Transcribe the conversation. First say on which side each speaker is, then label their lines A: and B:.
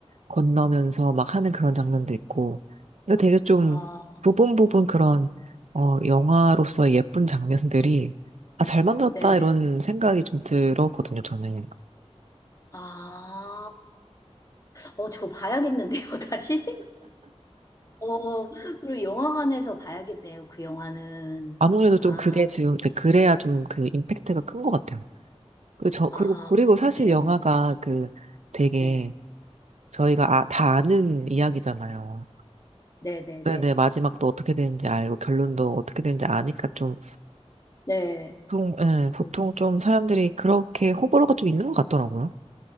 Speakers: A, on the right; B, on the left.
A: 건너면서 막 하는 그런 장면도 있고 이거 되게 좀
B: 아,
A: 부분 부분 그런 어 영화로서의 예쁜 장면들이 아, 잘 만들었다
B: 네네.
A: 이런 생각이 좀 들었거든요 저는
B: 아, 어, 저 봐야겠는데요, <laughs> 다시? 어, 그리고 영화관에서 봐야겠네요, 그 영화는.
A: 아무래도
B: 아,
A: 좀 그게 지금 네, 그래야 좀 그 임팩트가 큰 것 같아요 그리고 저 그리고
B: 아,
A: 그리고 사실
B: 그러네요.
A: 영화가 그 되게
B: 네,
A: 저희가 아, 다 아는 이야기잖아요.
B: 네네네.
A: 네네,
B: 네.
A: 마지막도 어떻게 되는지 알고, 결론도 어떻게 되는지 아니까 좀,
B: 네, 네, 네.
A: 보통, 예, 보통
B: 네.
A: 좀 사람들이 그렇게 호불호가 좀 있는 것 같더라고요.